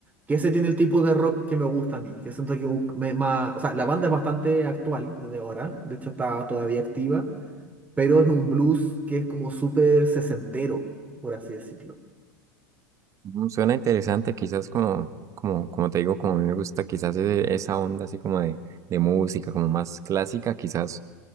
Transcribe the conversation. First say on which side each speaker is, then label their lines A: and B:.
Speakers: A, on the right; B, on the right.
A: que ese tiene el tipo de rock que me gusta a mí, que siento que un- me- ma- o sea, la banda es bastante actual, es de ahora, de hecho está todavía activa, pero es un blues que es como súper sesentero, por así decirlo.
B: Mm, Suena interesante, quizás como, como, como te digo, como a mí me gusta quizás e- esa onda así como de, de música, como más clásica, quizás.